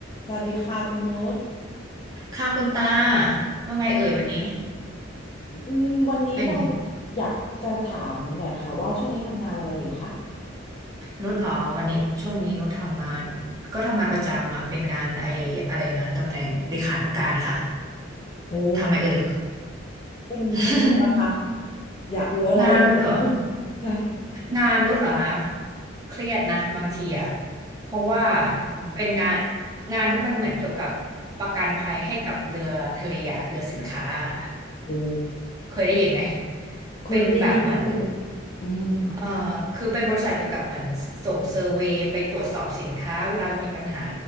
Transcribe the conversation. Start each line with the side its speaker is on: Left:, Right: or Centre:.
Left: สวัสดีค่ะคุณนุช
Right: ค่ะคุณตาว่าไงเอ่ยวันนี้
Left: อืมวันนี้เรา
Right: เป็นไง
Left: อยากจะถามหน่อยค่ะว่าช่วงนี้ทำงานอะไรอยู่คะ
Right: นุชเหรอวันนี้ช่วงนี้นุชทำงานก็ทำงานประจำอ่ะเป็นงานไอ้อะไรนะตำแหน่งเลขานุการนะคะ
Left: โอ้
Right: ทำไมเอ่ย
Left: เป็นเป็นยังไงบ้างคะ
Right: <laughs>
Left: อยากรู้รายละเอียดนิดนึง
Right: งานนุชเหรอ
Left: <laughs> ใช่
Right: งานนุชเหรอคะเครียดนะบางทีอ่ะเพราะว่า
Left: อื
Right: เป็นงาน
Left: ม
Right: งานนุชมันเหมือนเกี่ยวกับประกันภัยให้กับเรือทะเลอะเรือสินค้าอะค่ะ
Left: โอ้
Right: เคยได้ยินไหม
Left: เคยได้ยินเป็น
Right: เป็นแบบเหมือน
Left: อืมเอา
Right: เอ่อคือเป็นบริษัทเกี่ยวกับเหมือนส่งเซอร์เวย์ไปตรวจสอบสินค้าเวลามันมีปัญหา